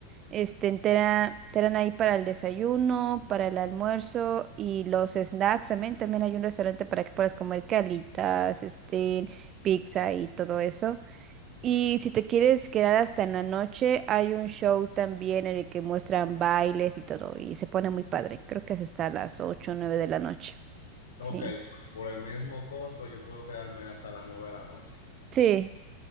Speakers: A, on the right; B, on the left.
A: Este, te dan te dan ahí para el desayuno, para el almuerzo y los snacks también. También hay un restaurante para que puedas comer calitas, este, pizza y todo eso. Y si te quieres quedar hasta en la noche, hay un show también en el que muestran bailes y todo. Y se pone muy padre. Creo que es hasta las 8 o 9 de la noche.
B: Ok,
A: Sí.
B: por, por el mismo costo yo puedo quedarme hasta las 9 de la noche.
A: Sí,